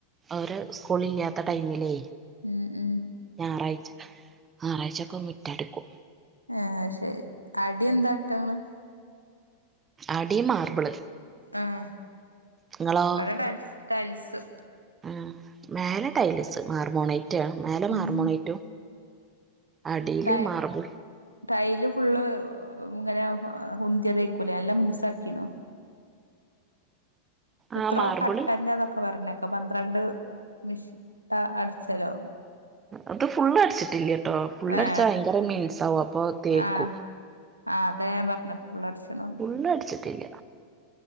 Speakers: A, on the right (about 20°); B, on the left (about 80°).
A: അവര് സ്കൂള് ഇല്ലാത്ത ടൈമിലേ!
B: ഉം ഉം
A: ഞായറാഴ്ച ഞായറാഴ്ചൊക്കെ മുറ്ടിക്കും
B: ആഹ് അത് ശരി അടി എന്താ ട്ടങ്ങള്?
A: അടി മാർബിള്
B: ആഹ്
A: നിങ്ങളോ
B: ഇവിടെ ടൈൽസ്
A: ആഹ് മേലെ ടൈലസ് മാർ ബോണൈറ്റ് മേലെ
B: ഉം
A: മാർ ബോണൈറ്റും അടിയില്
B: ടൈ
A: മാർബിൾ
B: ടൈല് ഫുള്ള് ഇങ്ങനെ ഉന്തിയതേക്കുലേ നല്ല മിനുസ ആക്കീനോ എത്രോ
A: ആ മാർബിള്
B: കട്ടന്ന അതൊക്കെ പറഞ്ഞു ഇപ്പൊ പന്ത്രണ്ട് മിഷി അടിച്ചലോ
A: അത് ഫുള്ള് അടിച്ചിട്ടില്ല കേട്ടോ ഫുള്ള്
B: ഏ
A: അടിച്ചാ ഭയങ്കരമിനുസ ആവും അപ്പൊ തേക്കും
B: ആ ആഹ് അതാ ഞാൻ പറഞ്ഞ പുള്ളടിച്ചണ്ടന്ന്
A: ഫുള്ള് അടിച്ചിട്ടില്ല